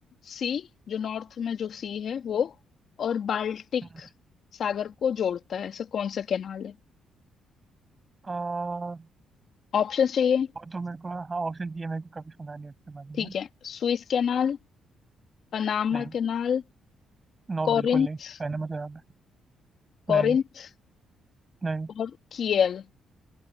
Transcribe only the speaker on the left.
सी जो नॉर्थ में जो सी है वो और बाल्टिक
सागर को जोड़ता है ऐसा कौन सा कैनाल है
ऑप्शन चाहिए
ठीक
है Suez canal Panama
canal
Corinth
Corinth
और कियल